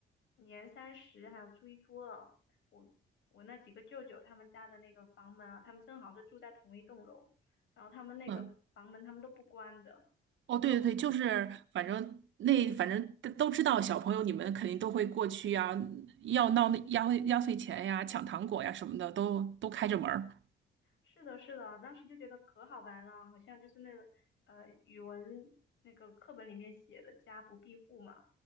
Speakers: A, on the left; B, on the right.
A: 年三十还有初一初二，我我那几个舅舅他们家的那个房门啊，他们正好是住在同一栋楼，然后他们那个房门他们都不关的，
B: 嗯，哦，
A: 不关，
B: 对对对，就是反正那反正都都知道，
A: 所以我们嗯。
B: 小朋友你们肯定都会过去呀，要闹那压岁压岁钱呀、抢糖果呀什么的，都都开着门儿。
A: 是的，是的，当时就觉得可好玩了，好像就是那个呃语文那个课本里面写的“家不闭户”嘛，